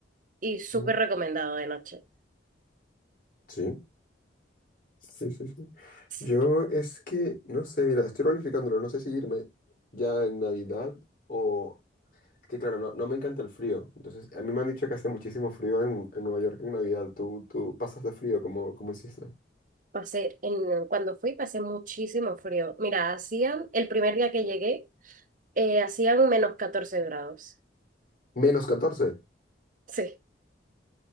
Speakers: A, on the right; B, on the left.
A: y súper
B: ujú.
A: recomendado de noche.
B: Sí, sí, sí, sí.
A: Sí.
B: Yo es que, no sé, mira, estoy planificándolo, no sé si irme ya en Navidad o... es Que claro, no, no me encanta el frío. Entonces, a mí me han dicho que hace muchísimo frío en, en Nueva York en Navidad. ¿Tú, tú pasas de frío como, como hiciste?
A: Pasé, en, cuando fui pasé muchísimo frío. Mira, hacían, el primer día que llegué, eh, hacían menos 14 grados.
B: Menos catorce
A: Sí.